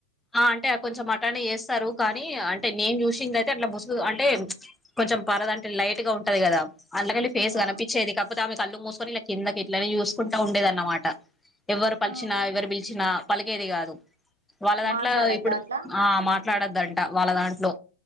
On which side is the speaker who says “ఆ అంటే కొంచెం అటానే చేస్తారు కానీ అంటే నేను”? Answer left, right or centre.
Centre